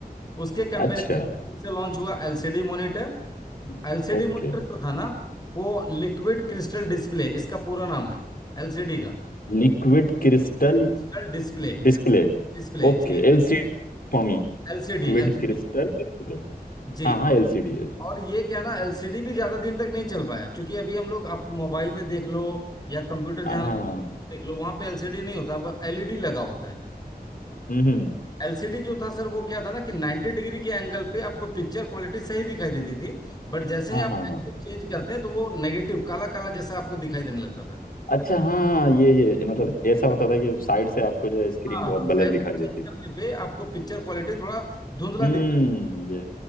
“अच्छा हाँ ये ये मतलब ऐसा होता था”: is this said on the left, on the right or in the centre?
Left